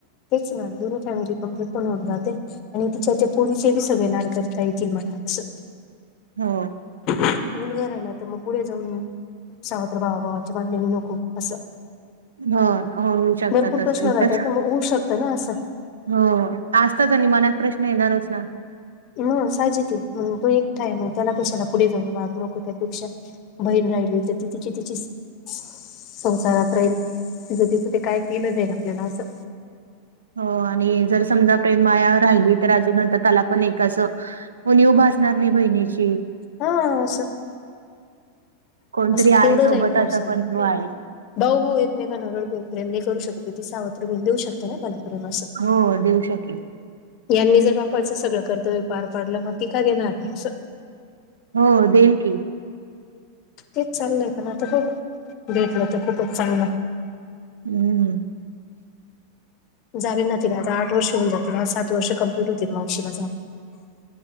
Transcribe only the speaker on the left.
तेच ना, दोन्ही फॅमिली कंप्लीट पण होऊन जातील. आणि तिच्या त्या पोरीचे बी, सगळे लाड करता येतील मला असं.
मुलगा राहिला तर मग पुढे जाऊन सावित्र भावभावनांचे भांडण नको असं.
भरपूर
प्रश्न
राहतात तर मग होऊ शकतं ना असं?
मग सायजिक आहे, मग तो एकटा आहे, मग त्याला कशाला पुढे जाऊन राहत नको त्यापेक्षा बहीण राहिली होती. ती तिची तिची संसारात राहील म्हणजे तिथं ते काय केलं जाईल आपल्याला असं?
हा असं,
अस तेवढं
राहील ग
हा
भाऊ भाऊ एकमेकांना रडून प्रेम नाही करू शकत त स सावत्र बहीन देऊ शकते ना त्यांना सगळ्यांना असं
यांनी जर बापाचं सगळं कर्तव्य पार पाडलं मग ती काय देणार नाही असं
तेच चाललंय पण आता बघु, भेटलं तर खूपच चांगलं हाय.
झाली ना ती र आठ वर्ष होऊन जातील आज सात वर्ष कंप्लीट होतील मावशीला जाऊन.